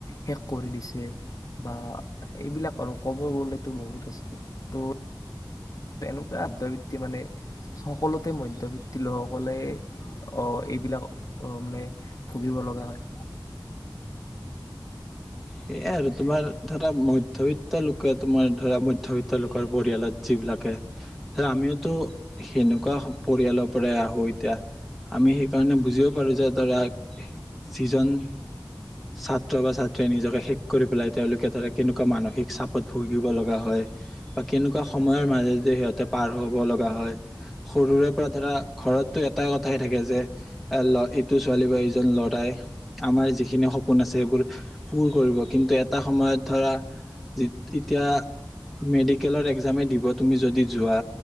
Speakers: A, on the left; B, in the centre.
A: শেষ কৰি দিছে বা এইবিলাক আৰু ক'ব গ'লেতো বহুত আছে ত' আৰু এনেকুৱা আধ্যবৃত্তি মানে সকলোতে মধ্যবিত্তি লোকসকলে এইবিলাক মানে ভুগিব লগা হয়
B: সেয়াই আৰু তোমাৰ ধৰা মধ্যবিত্ত লোকে তোমাৰ ধৰা মধ্যবিত্ত লোকৰ পৰিয়ালত যিবিলাকে ধৰা আমিওতো সেনেকুৱা পৰিয়ালৰ পৰাই আহো এতিয়া আমি সেইকাৰণে বুজিব পাৰো যে ধৰা যিজন ছাত্ৰ বা নিজকে শেষ কৰি পেলাই তেওঁলোকে ধৰা কেনেকুৱা মানসিক চাপত ভুগিব লগা হয় বা কেনেকুৱা সময়ৰ মাজেদি সিহঁতে পাৰ হব লগা হয় সৰুৰে পৰা ধৰা ঘৰতটো এটাই কথাই থাকে যে এ ল এইটো ছোৱালী বা এইজন লৰাই আমাৰ যিখিনি সপোন আছে সেইবোৰ পুৰ কৰিব কিন্তু এটা সময়ত ধৰা এতিয়া মেডিকেলৰ এক্জামেই দিব তুমি যদি যোৱা